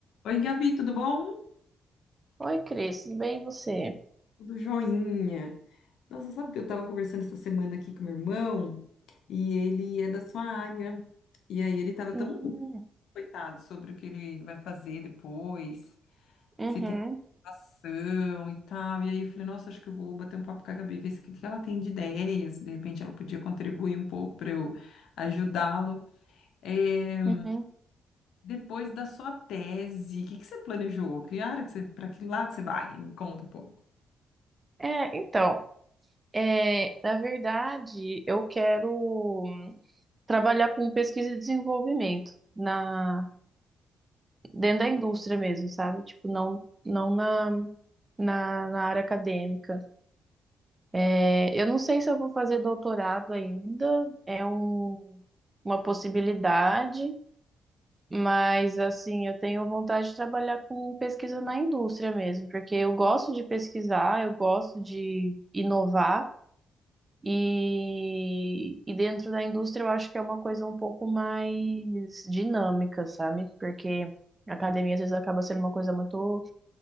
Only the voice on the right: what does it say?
Oi, Cris, tudo bem e você?
Hum,
uhum,
uhum.
É, então, é, na verdade, eu quero hum, trabalhar com pesquisa e desenvolvimento na, dentro da indústria mesmo, sabe? Tipo, não, não na, na, na área acadêmica. É, eu não sei se eu vou fazer doutorado ainda, é um, uma possibilidade. Mas, assim, eu tenho vontade de trabalhar com pesquisa na indústria mesmo, porque eu gosto de pesquisar, eu gosto de inovar, e, e dentro da indústria eu acho que é uma coisa um pouco mais dinâmica, sabe? Porque a academia às vezes acaba sendo uma coisa muito.